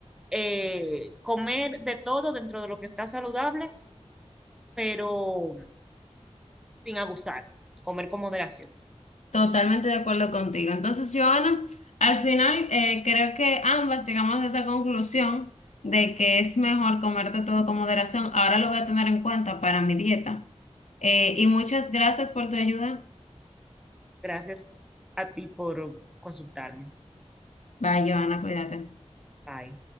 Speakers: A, in the centre; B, on the left.
A: eh, comer de todo dentro de lo que está saludable, pero sin abusar, comer con moderación.
B: Totalmente de acuerdo contigo. Entonces, Joana, al final eh, creo que ambas llegamos a esa conclusión de que es mejor comerte todo con moderación. Ahora lo voy a tener en cuenta para mi dieta. Eh, y muchas gracias por tu ayuda.
A: Gracias a ti por consultarme.
B: Bye, Joana, cuídate.
A: Bye.